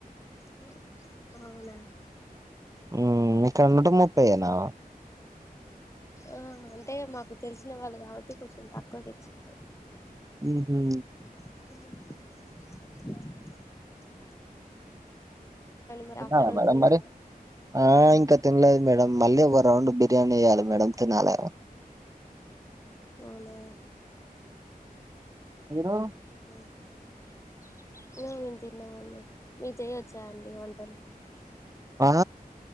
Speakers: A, on the left; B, on the right.
A: హో అవునా
B: హ్మ్ ఇక్కడ్ నూట ముప్పైయేనా
A: ఆ అంటే మాకు తెలిసిన వాళ్ళు కాబట్టి కొంచెం తక్కువకి ఇచ్చిర్రు
B: ఊహూ
A: హు మరి
B: తిన్నారా
A: ఆఫ్టర్నూన్
B: మేడం
A: తిన్నారా
B: మరి ఆ ఇంకా తినలేదు మేడం మళ్ళీ ఒగ రౌండ్ బిర్యానీ ఏయలే మేడం తినాలె
A: అవునా
B: మీరు
A: ఊహు హ్మ్ మేము తిన్నామండి మీరు చేయొచ్చా అండి వంటలు
B: వా